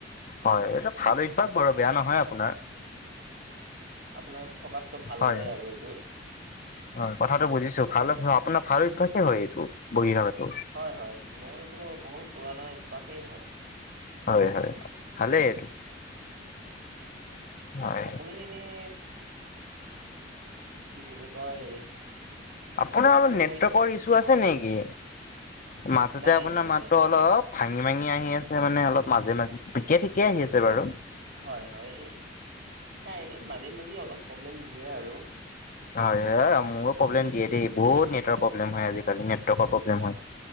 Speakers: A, on the left (about 50°); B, on the right (about 70°).
A: হয় এইটো ভাল অভ্যাস বাৰু বেয়া নহয়। আপোনাৰ
B: <unintelligible> আপোনাৰ এই ফকাচটো ভাল
A: হয়
B: কৰে
A: হয়
B: আৰু এইটোৱে
A: হয় কথাটো বুজিছো ভাল অভ্যাস আপোনাৰ অভ্যাসে হয় এইটো। বহি আগতো
B: হয় হয় মোৰ এইটো বহুত পুৰণা অভ্যাসেই হয়।
A: হয় হয় ভালে এটো হয়
B: আপুনি এনেই কি বুলি কয় আপুনিওতো
A: আপোনাৰ অলপ
B: চাগে
A: নেটৱৰ্কৰ
B: বহি থাকে?
A: ইছ্যু আছে নেকি? মাজতে
B: নাই
A: আপোনাৰ
B: নাই
A: মাতটো
B: নাই
A: অলপ ভাঙি ভাঙি আহি আছে মানে অলপ মাজে মাজে পিকে ঠিকে আহি আছে বাৰু।
B: হয় হয় এই নাই মাজে মাজে অলপ প্ৰব্লেম দিয়ে আৰু
A: হয় হয় মোৰো প্ৰব্লেম দিয়ে দেই বহুত নেটৰ প্ৰব্লেম হয় আজিকালি নেটৱৰ্কৰ প্ৰব্লেম হয়